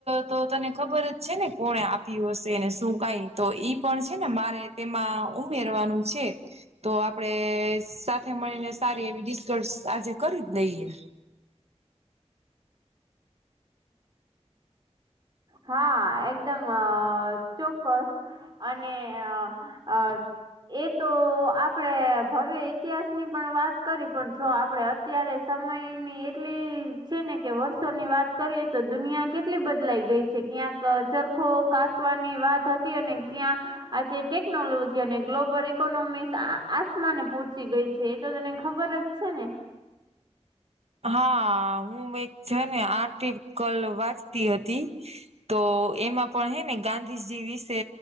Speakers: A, on the right; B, on the right.
A: તો તને ખબર જ છે ને કોને આપ્યું હશે ને શું કઈ તો ઈ પણ છે ને મારે તેમાં ઉમેરવાનું છે તો આપડે સાથે મળીને સારી એવી ડિસ્કસ આજે કરી જ દઈએ
B: હા એકદમ ચોક્કસ અને અ એ તો આપડે ભવે ઈતિહાસની પણ વાત કરી પણ જો આપડે અત્યારે સમયની એટલી છે ને કે વર્ષોની વાત કરીએ તો દુનિયા કેટલી બદલાઈ ગઈ છે ક્યાંક ચરખો કાસવાની વાત હતી અને ક્યાં આજે ટેકનોલોજી અને ગ્લોબલ ઇકોનોમિકસ આસમાને પહોંચી ગઈ છે એ તો તને ખબર જ છે ને
A: હા હું એક છે ને આટી કલ વાંચતી હતી તો એમાં પણ હે ને ગાંધીજી વિશે